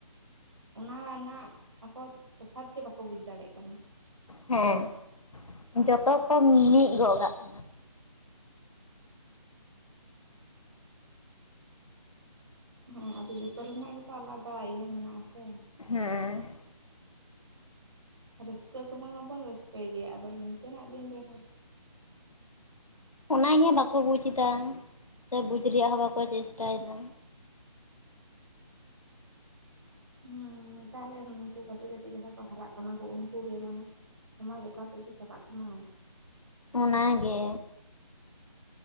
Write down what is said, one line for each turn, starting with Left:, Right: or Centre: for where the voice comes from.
Right: ᱚᱱᱟ ᱨᱮᱱᱟᱜ, ᱟᱠᱚ, ᱛᱚᱯᱷᱟᱛ ᱜᱮ, ᱵᱟᱠᱚ, ᱵᱩᱡᱽ ᱫᱟᱲᱮᱭᱟᱜ ᱠᱟᱱᱟ ᱾
Left: ᱦᱮᱸ! ᱡᱚᱛᱚ ᱠᱚ, ᱢᱤᱫ ᱜᱚᱜ ᱠᱟᱜ ᱾
Right: ᱦᱮᱸ, ᱟᱫᱚ, ᱡᱚᱛᱚ ᱨᱮᱱᱟᱜ ᱜᱮᱛᱚ, ᱟᱞᱟᱫᱟ, ᱤᱭᱟᱹ ᱢᱮᱱᱟᱜ ᱟ, ᱥᱮ?
Left: ᱦᱮᱸ ᱻ ᱾
Right: ᱨᱟᱹᱥᱠᱟᱹ ᱥᱚᱢᱚᱭ, ᱢᱟ ᱵᱚᱱ, ᱨᱟᱹᱥᱠᱟᱹᱭ ᱜᱮᱭᱟ ᱾ ᱟᱫᱚ, ᱱᱤᱝᱠᱟᱹᱱᱟᱜ, ᱫᱤᱱ ᱨᱮᱦᱚᱸ,
Left: ᱚᱱᱟ ᱜᱮ, ᱵᱟᱠᱚ ᱵᱩᱡᱽ ᱮᱫᱟ, ᱥᱮ ᱵᱩᱡᱽ ᱨᱮᱭᱟᱜ ᱦᱚᱸ, ᱵᱟᱠᱚ ᱪᱮᱥᱴᱟ ᱭᱮᱫᱟ ᱾
Right: ᱦᱩᱸ, ᱱᱮᱛᱟᱨ ᱨᱮᱱ ᱩᱱᱠᱩ, ᱠᱟᱹᱴᱤᱡ, ᱠᱟᱹᱴᱤᱡ ᱡᱟᱦᱟᱸᱭ ᱠᱚ, ᱦᱟᱨᱟᱜ ᱠᱟᱱᱟ ᱠᱚ, ᱩᱱᱠᱩ ᱜᱮ, ᱢᱟᱱᱮ ᱾ ᱥᱚᱢᱟᱡᱽ ᱚᱠᱟ ᱥᱮᱫ, ᱡᱮ ᱪᱟᱞᱟᱜ ᱠᱟᱱᱟ?
Left: ᱚᱱᱟᱜᱮ!